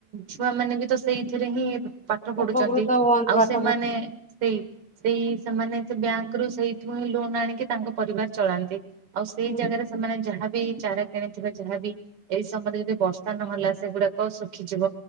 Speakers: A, on the right (about 45°); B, in the centre.
A: ଛୁଆ ମାନେ ବି ତ ସେଇଥିରେ ହିଁ ପାଠ ପଢୁଛନ୍ତି
B: ଉପକୃତ ହୁଅନ୍ତି
A: ଆଉ
B: ପାଠ
A: ସେମାନେ
B: ପଢୁଛନ୍ତି।
A: ସେଇ ସେଇ ସେମାନେ ସେ ବ୍ୟାଙ୍କ ରୁ, ସେଇଠୁ ହଁ ଲୋନ ଆଣିକି ତାଙ୍କ ପରିବାର ଚଳାନ୍ତି । ଆଉ ସେଇ
B: ହୁଁ
A: ଜାଗାରେ ସେମାନେ ଯାହାବି ଚାରା କିଣିଥିବା ଯାହାବି, ଏଇ ସମୟରେ ଯଦି ବର୍ଷା ନହେଲା, ସେଗୁଡାକ ଶୁଖିଯିବ